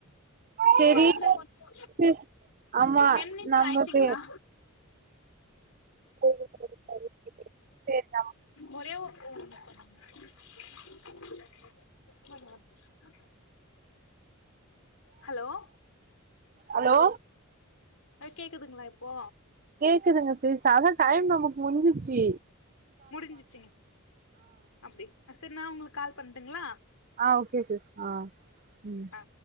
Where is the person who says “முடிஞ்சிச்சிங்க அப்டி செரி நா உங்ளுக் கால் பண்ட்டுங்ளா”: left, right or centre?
Left